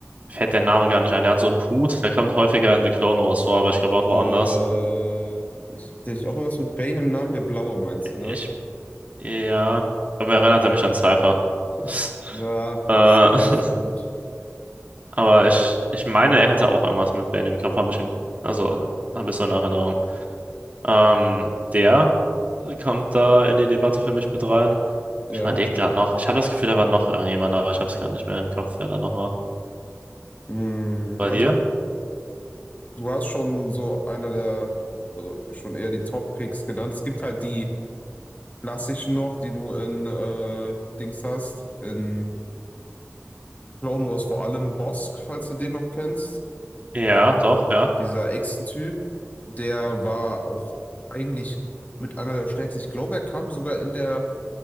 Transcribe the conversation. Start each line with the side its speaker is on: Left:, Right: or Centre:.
Right: fällt der Name gar nicht ein. Der hat so einen Hut, der kommt häufiger in The Clone Wars vor, aber ich glaube auch
Left: Äh,
Right: woanders.
Left: ist tatsächlich auch irgendwas mit Bane im Namen, der Blaue meinst du, ne?
Right: Ich, ja, aber erinnert er mich an Cypher. Das-
Left: Da
Right: Äh,
Left: ist wahrscheinlich
Right: <laughs>
Left: der Hut.
Right: aber ich, ich meine, er hätte auch irgendwas mit Bane im Kopf, habe ich im, also habe ich so in Erinnerung. Ähm, der kommt da in die Debatte für mich mit rein.
Left: Ja.
Right: Ich überlege gerade noch. Ich habe das Gefühl, da war noch irgendjemand, aber ich habe es gar nicht mehr im Kopf, wer da noch war.
Left: Hm,
Right: Bei
Left: also
Right: dir?
Left: Du hast schon so einer der, also schon eher die Top-Picks genannt. Es gibt halt die klassischen noch, die du in äh, Dings hast, in Clone Wars vor allem Bosk, falls du den noch kennst.
Right: Ja, doch, ja.
Left: Dieser Echsen-Typ, der war auch eigentlich mit einer der stärksten. Ich glaube, er kam sogar in der